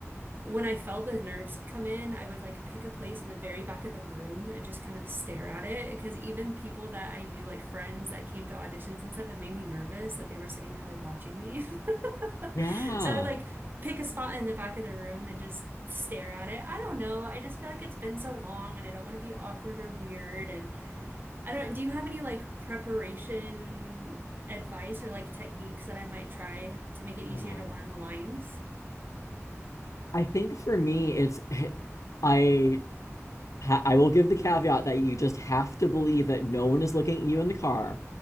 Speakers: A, on the right; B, on the left.
A: when I felt the nerves come in, I would like pick a place in the very back of the room and just kind of stare at it. Because even people that I knew, like friends that came to auditions and stuff, it made me nervous that they were sitting there like watching me. <laughs>
B: Yeah.
A: So I would like pick a spot in the back of the room and just stare at it. I don't know. I just feel like it's been so long and I don't want to be awkward or weird. And I don't, do you have any like preparation advice or like techniques that I might try to make it easier
B: Yeah.
A: to learn the lines?
B: I think for me, it's <laughs> I ha I will give the caveat that you just have to believe that no one is looking at you in the car.